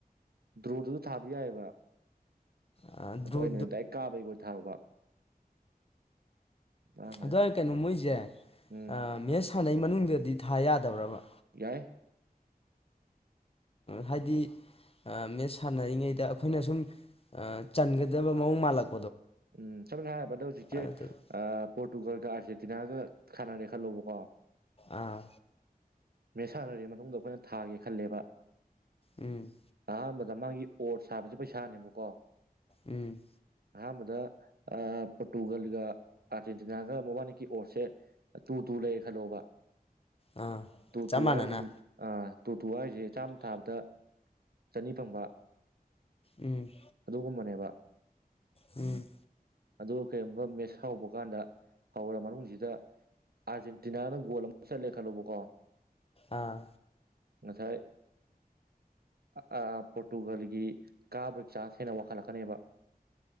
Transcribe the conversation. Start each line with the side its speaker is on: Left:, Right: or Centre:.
Right: ꯗ꯭ꯔꯨꯗꯨꯁꯨ ꯊꯥꯕ ꯌꯥꯏꯑꯕ
Left: ꯑ ꯑꯗꯨ
Right: ꯑꯗꯣ ꯑꯩꯅ ꯗꯥꯏꯔꯦꯛ ꯀꯥꯕꯩ <inaudible> ꯊꯥꯔꯨꯕ ꯃꯥꯡꯈ꯭ꯔꯦ
Left: ꯑꯗ
Right: ꯑꯗꯨꯝ
Left: ꯀꯩꯅꯣ ꯃꯣꯏꯖꯦ
Right: ꯎꯝ
Left: ꯃꯦꯁ ꯁꯥꯟꯅꯩ ꯃꯅꯨꯡꯗꯗꯤ ꯊꯥ ꯌꯥꯗꯕ꯭ꯔꯥꯕ
Right: ꯌꯥꯏ
Left: ꯍꯥꯏꯗꯤ ꯃꯦꯠꯁ ꯁꯥꯟꯅꯔꯤꯉꯩꯗ ꯑꯩꯈꯣꯏꯅ ꯁꯨꯝ ꯆꯟꯒꯗꯕ ꯃꯑꯣꯡ ꯃꯥꯜꯂꯛ
Right: ꯎꯝ ꯁꯝꯅ ꯍꯥꯢꯔꯕꯗ ꯍꯖꯤꯛꯁꯦ
Left: ꯑꯗꯨꯗꯒꯤ
Right: <unintelligible> ꯨꯒꯗꯁꯦ ꯑꯔꯖꯦꯟꯇꯤꯅꯥꯒ ꯈꯥꯟꯅꯔꯦ ꯈꯜꯂꯧꯕꯀꯣ
Left: ꯑꯥ
Right: ꯃꯦ ꯁꯥꯟꯅꯔꯦ ꯃꯇꯨꯡꯗ ꯑꯩꯈꯣꯏꯅ ꯊꯥꯒꯦ ꯈꯜꯂꯦꯕ
Left: ꯎꯝ
Right: ꯑꯍꯥꯟꯕꯗ ꯃꯥꯒꯤ ꯑꯣꯠ ꯁꯥꯕꯁꯦ ꯄꯩꯁꯥꯅꯦꯕ ꯀꯣ
Left: ꯎꯝ
Right: ꯑꯍꯥꯟꯕꯗ ꯄꯣꯔꯇꯨꯒꯜꯒ ꯑꯥꯔꯖꯦꯟꯇꯤꯅꯥꯒ ꯃꯕꯥꯅꯤꯀꯤ ꯑꯣꯔꯁꯦ ꯇꯨ ꯇꯨ ꯂꯩꯌꯦꯦ ꯈꯜꯂꯣꯕ
Left: ꯑꯥ
Right: ꯇꯣꯇꯨ
Left: ꯆꯞ ꯃꯥꯟꯅꯅ
Right: ꯍꯥꯏꯔꯤꯁꯦ ꯑ ꯇꯣꯇꯨ ꯍꯥꯏꯔꯤꯁꯦ ꯆꯥꯝ ꯊꯥꯕꯗ ꯆꯅꯤ ꯐꯪꯕ
Left: ꯎꯝ
Right: ꯑꯗꯨꯒꯨꯝꯕ ꯅꯦꯕ
Left: ꯎꯝ
Right: ꯑꯗꯨ ꯀꯔꯤꯒꯨꯝꯕ ꯃꯦꯠꯁ ꯍꯧꯕ ꯀꯥꯟꯗ ꯍꯧꯔ ꯃꯅꯨꯡꯁꯤꯗ ꯑꯥꯔꯖꯦꯟꯇꯤꯅꯥꯅ ꯒꯣꯜ ꯑꯃ ꯆꯠꯂꯦ ꯈꯜꯂꯨꯕꯀꯣ
Left: ꯑꯥ
Right: ꯉꯁꯥꯏ ꯑꯥ ꯑꯥ ꯄꯣꯇꯨꯒꯜꯒꯤ ꯀꯥ ꯕꯔꯤꯛꯆꯥ ꯍꯦꯟꯅ ꯋꯥꯡꯈꯠꯂꯛꯀꯅꯦꯕ